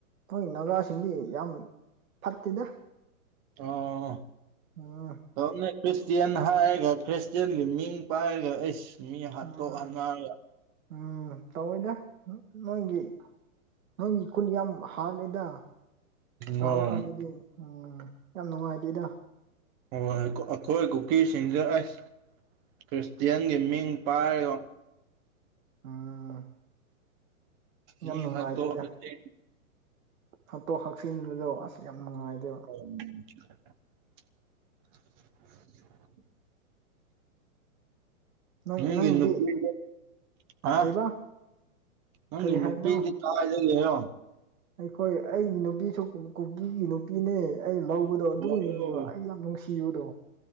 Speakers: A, on the right (about 70°); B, on the right (about 20°).
A: ꯅꯣꯏ ꯅꯥꯒꯥꯁꯤꯡꯗꯤ ꯌꯥꯝ ꯐꯠꯇꯦꯗ
B: ꯑꯑꯑ
A: ꯎꯝ
B: ꯇꯣꯝꯅ ꯈ꯭ꯔꯤꯁꯇꯤꯌꯥꯟ
A: ꯌꯥꯝ
B: ꯍꯥꯏꯔꯒ ꯈ꯭ꯔꯤꯁ ꯇꯤꯌꯥꯟꯒꯤ ꯃꯤꯡ ꯄꯥꯏꯔꯒ ꯑꯩꯁ ꯃꯤ ꯍꯥꯠꯇꯣꯛ
A: ꯎꯝ
B: ꯍꯟꯅꯔꯒ
A: ꯎꯝ ꯇꯧꯌꯤꯗ ꯅꯣꯏꯒꯤ ꯅꯪꯒꯤ ꯈꯨꯟ ꯌꯥꯝ ꯍꯥꯠꯔꯤꯗ ꯇꯥꯕ
B: ꯍꯣꯏ
A: ꯀꯥꯟꯗꯗꯤ ꯎꯝ ꯌꯥꯝ ꯅꯨꯡꯉꯥꯏꯗꯦꯗ
B: ꯍꯣꯏ ꯑꯩꯈꯣꯏ ꯀꯨꯀꯤꯁꯤꯡꯁꯦ ꯑꯩꯁ ꯈ꯭ꯔꯤꯁꯇꯤꯌꯥꯟꯒꯤ ꯃꯤꯡ ꯄꯥꯏꯔꯒ
A: ꯎꯝ ꯌꯥꯝ
B: ꯃꯤ
A: ꯅꯨꯡꯉꯥꯏꯇꯦꯗ
B: ꯍꯥꯠꯊꯣꯛ ꯔꯁꯦꯟ
A: ꯍꯥꯠꯇꯣꯛ ꯍꯥꯛꯆꯤꯟꯕꯗꯣ ꯑꯁ ꯌꯥꯝ ꯅꯨꯡꯉꯥꯏꯗꯦꯕ
B: <unintelligible>
A: ꯅꯪ
B: ꯅꯪꯒꯤ
A: ꯅꯪꯒꯤꯗꯤ
B: ꯅꯨꯄꯤꯕꯨ ꯑ
A: ꯀꯔꯤꯕꯥ
B: ꯅꯪꯒꯤ
A: ꯀꯔꯤ ꯍꯥꯏꯕꯅꯣ
B: ꯅꯨꯄꯤꯗꯤ ꯑ ꯍꯥꯏꯖꯤꯜꯂꯤꯔꯣ
A: ꯑꯩꯈꯣꯏ ꯑꯩꯒꯤ ꯅꯨꯄꯤꯁꯨ ꯀꯨ ꯀꯨꯀꯤꯒꯤ ꯅꯨꯄꯤꯅꯦ ꯑꯩ ꯂꯧꯕ ꯑꯗꯣ ꯑꯗꯨꯒꯤꯅꯦꯕ
B: ꯑꯣ
A: ꯑꯩ ꯌꯥꯝ ꯅꯨꯡꯁꯤꯕꯗꯣ